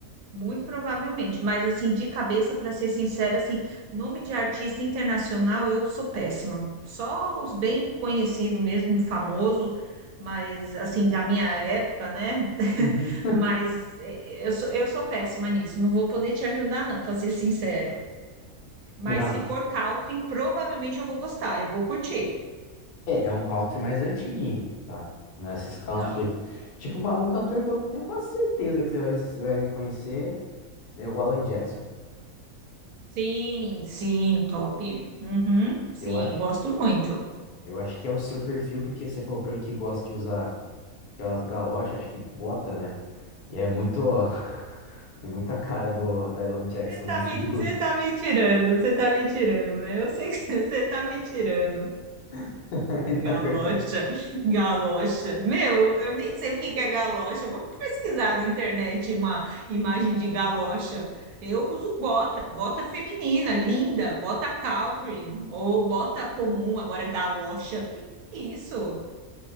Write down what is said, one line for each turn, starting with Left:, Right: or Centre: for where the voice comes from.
Right: Muito provavelmente, mas assim, de cabeça, para ser sincera, assim, nome de artista internacional eu sou péssima. Só os bem conhecidos mesmo, famoso, mas assim, da minha época, né? <laughs>
Left: Uhum.
Right: Mas é, eu sou, eu sou péssima nisso, não vou poder te ajudar, não, para ser sincera. Mas
Left: Não,
Right: se for country, provavelmente eu vou gostar, eu vou curtir.
Left: é, é um country mais antiguinho, tá? Não é esses country.
Right: Não.
Left: Tipo, uma- um cantor que eu tenho quase certeza que você vai, você vai reconhecer é o Alan Jackson.
Right: Sim, sim, top. Uhum, sim,
Left: Eu acho,
Right: gosto muito.
Left: eu acho que é o seu perfil, porque você falou pra mim que gosta de usar aquelas galochas, acho que bota, né? E é muito, <laughs> é muita cara do Dylan Jackson
Right: Você tá
Left: nos
Right: me,
Left: videoclubes.
Right: você tá me tirando, você tá me tirando, né? Eu sei que <laughs> você tá me tirando.
Left: <laughs> E Não
Right: Galocha,
Left: é verdade.
Right: galocha. Meu, eu, eu nem sei o que que é galocha. Eu Vou pesquisar na internet uma imagem de galocha. Eu uso bota, bota feminina, linda, bota Calvin ou bota comum, agora galocha. Que que é isso?